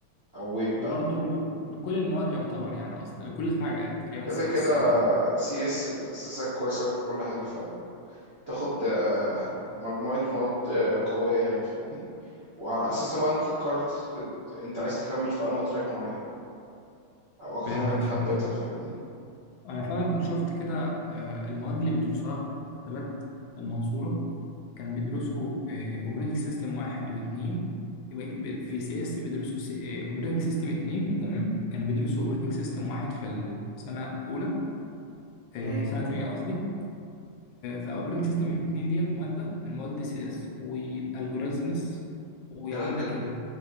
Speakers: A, on the right; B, on the left.
A: او ويب
B: وبرضه
A: بقى.
B: لكل المواد يعتبر يعني اصل لكل حاجه تقريبا
A: كده
B: سي
A: كده
B: اس
A: سي اس بتأسسك كويسة في كل حاجة فاهم تاخد آه، مجموعة مواد آه، قوية يعني فاهمني وعلى أساسها بقى أنت تقرر تت- أنت عايز تكمل في أنو تراك معين أو أكتر
B: فهمتك
A: حاجة أنت
B: فهمتك
A: حبيتها فاهمني
B: أنا فعلا كنت شفت كده آه، المواد اللي بيدرسوها في حسابات المنصورة كان بيدرسوا أوبريتنج سيستم واحد واتنين يبقى بي- في سي اس بيدرسوا أوبريتنج سيستم اتنين تمام كانوا بيدرسوا أوبريتنج سيستم واحد في السنة الأولى آه،
A: امم
B: سنة تانية قصدي فأوبريتنج سيستم اتنين ديت مادة من مواد سي اس والألجوريزمز وعندك
A: كده كده